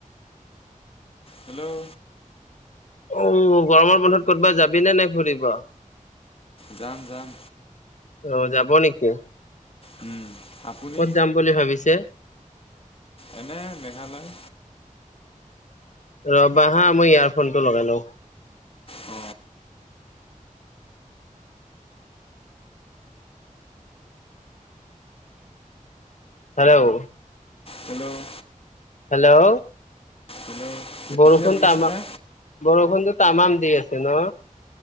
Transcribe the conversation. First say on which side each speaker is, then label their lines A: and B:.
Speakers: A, on the left (about 40°); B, on the left (about 60°).
A: হেল্ল'
B: উম গৰমৰ বন্ধত কৰ'বা যাবি নে নাই ফুৰিব?
A: যাম যাম।
B: অ যাব নেকি?
A: উম। আপুনি
B: ক'ত যাম বুলি ভাবিছে?
A: এনে মেঘালয়।
B: ৰবাহা মই ইয়াৰফোনটো লগাই লওঁ।
A: অ।
B: হেল্ল'
A: হেল্ল'
B: হেল্ল'
A: হেল্ল'
B: বৰষুণ
A: এতিয়া শুনিছেনে
B: তামাম। বৰষুণটোো তামাম দি আছে ন।